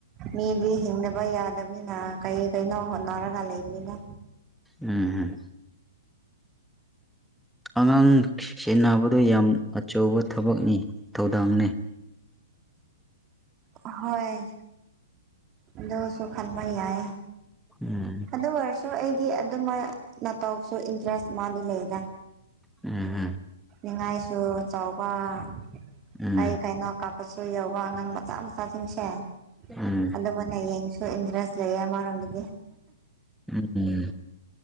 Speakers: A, on the right; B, in the centre.
A: ꯃꯤꯗꯤ ꯍꯤꯡꯗꯕ ꯌꯥꯗꯕ ꯅꯤꯅ ꯀꯩ ꯀꯩꯅꯣ ꯍꯣꯠꯅꯔꯒ ꯂꯩꯕꯅꯤꯅ
B: ꯎꯝ ꯑꯉꯥꯡ ꯁꯦꯟꯅꯕꯗ ꯌꯥꯝ ꯑꯆꯧꯕ ꯊꯕꯛꯅꯤ ꯊꯧꯗꯥꯡꯅꯦ
A: ꯍꯣꯏ ꯑꯗꯣ ꯁꯈꯥꯟꯚ ꯌꯥꯌꯦ
B: ꯎꯝ
A: ꯑꯗꯨꯗꯣꯔꯁ ꯁ ꯑꯩꯗꯤ ꯑꯗꯨꯃ ꯅꯧꯁꯨ ꯏꯟꯇꯔꯦꯁ ꯃꯥꯗꯤ ꯂꯩꯗ
B: ꯎꯝ
A: ꯅꯤꯡꯉꯥꯏꯁꯨ ꯆꯥꯎꯕ ꯀ
B: ꯎꯝ
A: ꯀꯥꯏꯩꯅ ꯀꯥꯞꯄꯁꯨ ꯌꯎꯧꯕ ꯑꯉꯥꯡ ꯃꯆꯥ ꯃꯆꯥꯁꯤꯡꯁꯦ
B: ꯎꯝ
A: ꯑꯗꯨ ꯃꯅ ꯌꯦꯡꯁꯨ ꯏꯟꯇꯔꯦꯁ ꯂꯩꯌꯦ ꯑꯃꯔꯣꯝꯒꯤꯗꯤ
B: ꯎꯝ